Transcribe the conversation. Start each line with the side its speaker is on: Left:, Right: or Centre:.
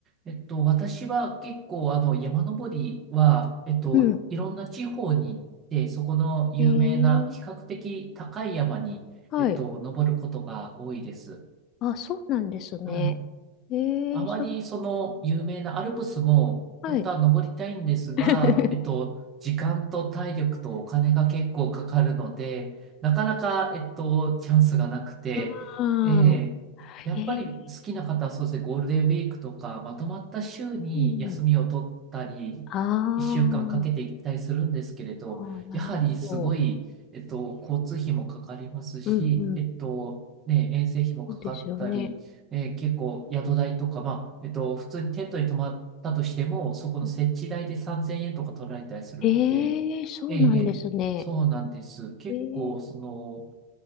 Right: えっと、私は結構、あの、山登りは、えっと、
Left: うん。
Right: いろんな地方に行って、そこの有名な、
Left: えー、
Right: 比較的高い山に、
Left: はい。
Right: えっと、登ることが多いです。
Left: あ、そうなんですね。
Right: はい。
Left: えー、
Right: あまりその有名なアルプスも本当は登りたいんですが、
Left: そ、はい。<laughs>
Right: えっと、時間と体力とお金が結構かかるので、なかなか、えっと、チャンスがなくて、
Left: ああ、
Right: ええやっぱり好きな方はそうですね、
Left: えー、
Right: ゴールデンウィークとかまとまった週に休みを取ったり、
Left: うん。ああ。
Right: 1週間かんかけて行ったりするんですけれど、
Left: ああ、なるほ
Right: やはりすごい、
Left: ど、
Right: えっと、交通費もかかりますし、
Left: う。んうん。
Right: えっと、ね、遠征費もかかったり、
Left: そうですよね。
Right: えー結構宿代とか、まあ、えっと、普通にテントに泊まったとしても、そこの設置代で3000円とか取られたりするので、
Left: え、へえ、そうなんですね。
Right: ええ、ええそうなんです。結構、
Left: ええ、
Right: その、